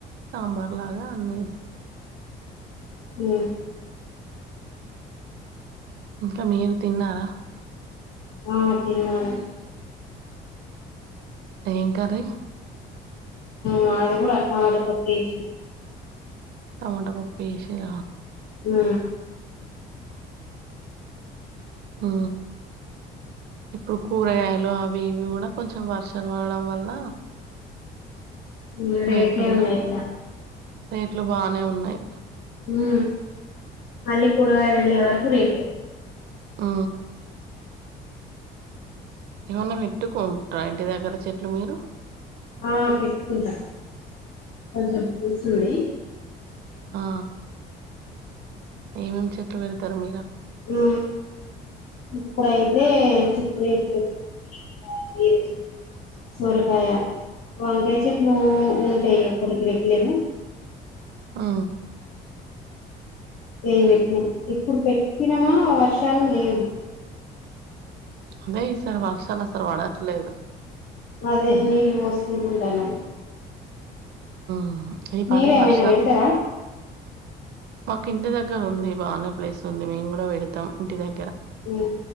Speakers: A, on the right; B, on the left.
A: సాంబార్ లాగా అన్ని
B: ఉ
A: ఇంకా మీరు తిన్నారా
B: ఆ తిన్నాను
A: ఏం కర్రీ
B: మాది కూడా టమాటా పప్పు చేసిన
A: టమోటా పప్పు వేసిర
B: ఆ
A: ఆ ఇప్పుడు కూరగాయలు అవి ఇవి కూడా కొంచెం వర్షాలు వాడడం వల్ల
B: ఉమ్, రేట్లే
A: రేట్లు కూడా
B: ఉన్నాయి ఇగ
A: రేట్లు బానే ఉన్నాయి
B: ఉ మళ్ళీ కూరగాయలు వెళ్ళే వరకు రేట్లు
A: ఆ ఏమన్నా పెట్టుకుంటురా ఇంటి దగ్గర చెట్లు మీరు
B: ఆ పెట్టుకుంటాం కొంచెం ప్లేస్ ఉంది
A: ఆ ఏమేం చెట్లు పెడతారు మీరా
B: ఆ ఇప్పుడైతే చిక్కుడు చెట్లు పెట్టు ఆ ఈరే చెప్పు. సొరకాయ వంకాయ చెట్లు ఉంటాయి ఎప్పటికి రెగ్యులరు.
A: ఆ.
B: ఏవిట్టి ఇప్పుడు పెట్టినమా వర్షాలు లేవు.
A: అదే ఈసారి వర్షాలు అసలు వ.
B: మదే నీళ్ళు పోసుకుంటు ఉంటాను.
A: ఉహు ఈ పాటికీ
B: మీరేమైనా
A: వర్షాలు.
B: పెడతారా
A: మాకు ఇంటి దగ్గర ఉంది బానే ప్లేస్ ఉంది మేము కూడా పెడతాం ఇంటి దగ్గర.
B: ఉమ్